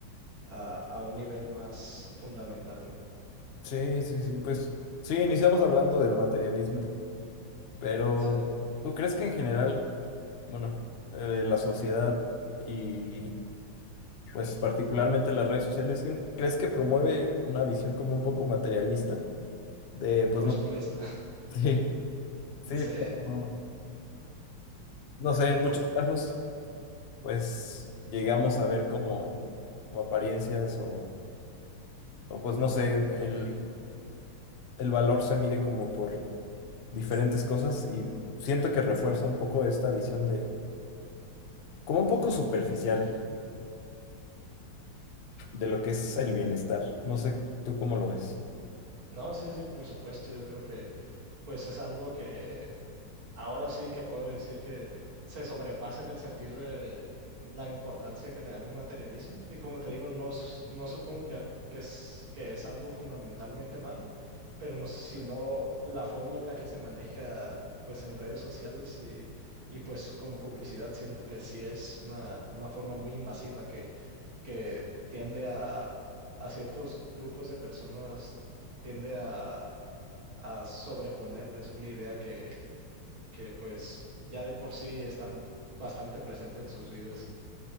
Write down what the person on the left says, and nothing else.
Sí, sí, sí, pues sí, iniciamos hablando del materialismo. Pero,
¿tú crees que en general, bueno, eh, la sociedad y pues particularmente las redes sociales, ¿cre- ¿crees que promueve una visión como un poco materialista? De, pues
no,
<laughs> sí, sí,
pero, no sé, en
muchos casos, pues llegamos a ver como, como apariencias o, o pues no sé, el, el valor se mide como por diferentes cosas y siento que refuerza un poco esta visión de, como un poco superficial de lo que es el bienestar. No sé, ¿tú cómo lo ves?